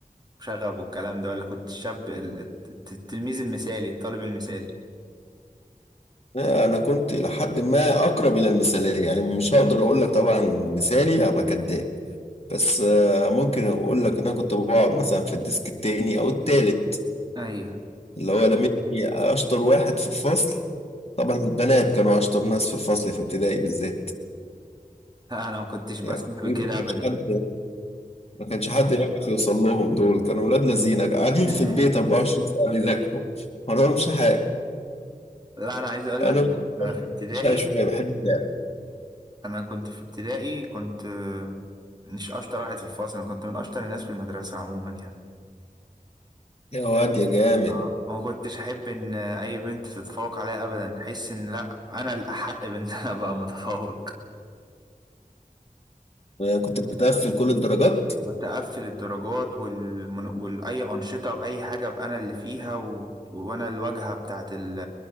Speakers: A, on the right; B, on the left.
A: شغب والكلام ده ولا كنت الشاب ال- الت- التلميذ المثالي الطالب المثالي
B: لا، انا كنت لحد ما اقرب الى المثاليه يعني مش هقدر اقول لك طبعا مثالي هبقى كداب بس آه، ممكن اقول لك ان انا كنت بقعد مثلا في الديسك التاني او التالت
A: ايوه
B: اللي هو لمني اشطر واحد في الفصل طبعا البنات كانوا اشطر ناس في الفصل في ابتدائي بالذات
A: انا ما كنتش بسمح
B: يعني
A: بكده ابدا
B: مش حد ما كانش حد يعرف يوصل لهم دول كانوا ولاد لذينه قاعدين
A: <laughs>
B: في البيت 24 ساعة بيذاكروا ما وراهمش حاجة
A: لا انا عايز اقول
B: أنا
A: لك انا أنا في ابتدائي
B: شاي شوية بحب اللعب
A: انا كنت في ابتدائي كنت آه، مش اشطر واحد في الفصل انا كنت من اشطر الناس في المدرسه عموما يعني
B: يا واد يا جامد
A: اه وما كنتش احب ان اي بنت تتفوق عليا ابدا احس ان لا انا الاحق بان انا <laughs> ابقى متفوق
B: أنا كنت بتقفل كل الدرجات
A: كنت اقفل الدرجات والمن... واي انشطه واي حاجه ابقى انا اللي فيها و... وانا الواجهه بتاعه ال-